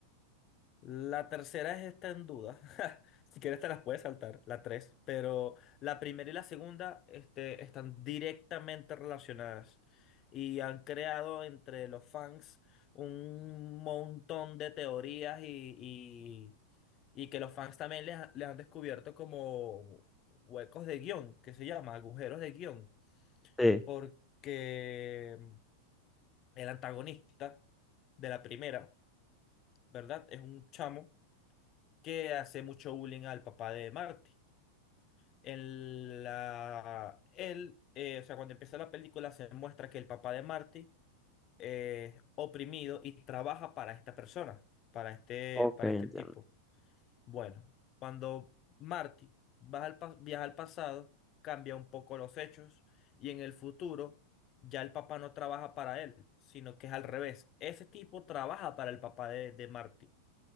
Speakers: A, on the left; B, in the centre.
A: La tercera es esta en duda. <laughs> Si quieres te las puedes saltar, la tres. Pero la primera y la segunda, este, están directamente relacionadas. Y han creado entre los fans un montón de teorías y, y, y que los fans también les, ha- les han descubierto como huecos de guión, que se llama agujeros de guión.
B: Sí,
A: Porque el antagonista de la primera, ¿verdad? Es un chamo que hace mucho bullying al papá de Marty. En la, él, eh, o sea, cuando empieza la película se muestra que el papá de Marty eh, es oprimido y trabaja para esta persona, para este,
B: ok,
A: para
B: entiendo.
A: este tipo. Bueno, cuando Marty baja al pa- viaja al pasado, cambia un poco los hechos y en el futuro ya el papá no trabaja para él, sino que es al revés. Ese tipo trabaja para el papá de, de Marty